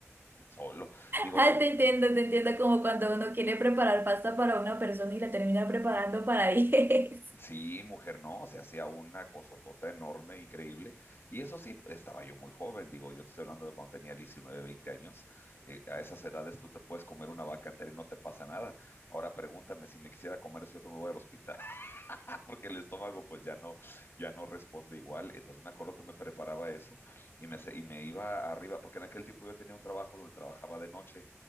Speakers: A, on the left; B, on the right.
A: solo. Digo,
B: Ah, te entiendo, te entiendo como cuando uno quiere preparar pasta para una persona y la termina preparando para <laughs> diez
A: Sí, mujer, no, se hacía una cosotota enorme, increíble. Y eso sí, estaba yo muy joven, digo, yo te estoy hablando de cuando tenía 19, 20 años. eh, a esas edades tú te puedes comer una vaca entera y no te pasa nada. Ahora pregúntame si me quisiera comer eso, yo que me voy al hospital, <laughs> porque el estómago pues ya no, ya no responde igual. Entonces me acuerdo que me preparaba eso y me, se- y me iba arriba, porque en aquel tiempo yo tenía un trabajo donde trabajaba de noche.